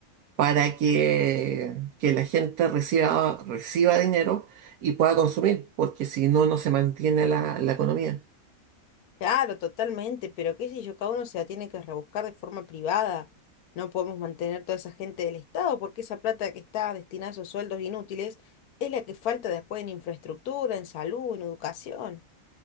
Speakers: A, on the right; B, on the left.
A: para que, que la gente reciba, reciba dinero y pueda consumir, porque si no, no se mantiene la, la economía.
B: Claro, totalmente, pero qué sé yo, cada uno se la tiene que rebuscar de forma privada. No podemos mantener toda esa gente del Estado porque esa plata que está destinada a esos sueldos inútiles es la que falta después en infraestructura, en salud, en educación.